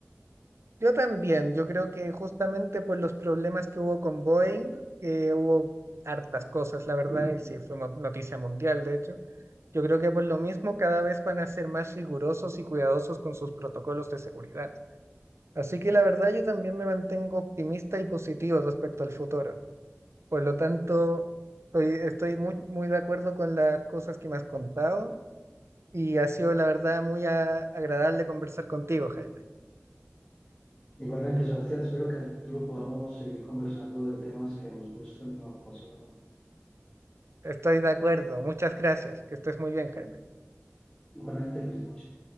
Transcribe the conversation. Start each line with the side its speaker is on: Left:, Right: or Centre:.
Right: Yo también, yo creo que justamente por los problemas que hubo con Boeing, que hubo hartas cosas, la verdad,
Left: Mm.
Right: y sí, fue mo- noticia mundial, de hecho, yo creo que por lo mismo cada vez van a ser más rigurosos y cuidadosos con sus protocolos de seguridad. Así que la verdad yo también me mantengo optimista y positivo respecto al futuro. Por lo tanto, estoy, estoy muy, muy de acuerdo con las cosas que me has contado y ha sido la verdad muy a- agradable conversar contigo, Jaime.
Left: Igualmente, Sebastián, espero que en el futuro podamos seguir conversando de temas que nos gustan y nos apasionan.
Right: Estoy de acuerdo. Muchas gracias. Que estés muy bien, Jaime.
Left: Igualmente, feliz noche.